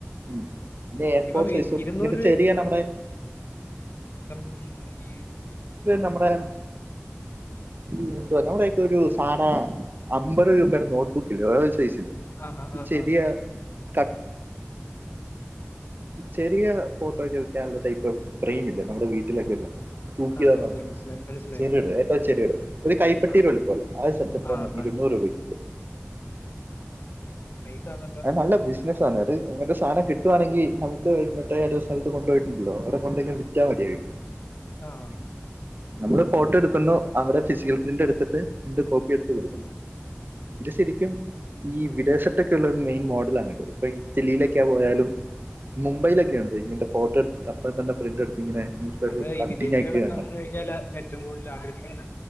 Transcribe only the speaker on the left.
ഇപ്പം
ഈ ഇരുന്നൂറ്
തം ഈ
ആഹ് ആഹ്
ആഹ്
ആഹ്
ആ മനസ്സിലായി മനസ്സിലായി മനസ്സിലായി
ആ
ആ മനസ്സിലായി
നൈസാണ
ആഹ്
അതേ ഈ
വിദേശികളൊക്കെ
വന്ന് കഴിഞ്ഞാൽ ഏറ്റവും കൂടുതൽ ആഗ്രഹികുന്ന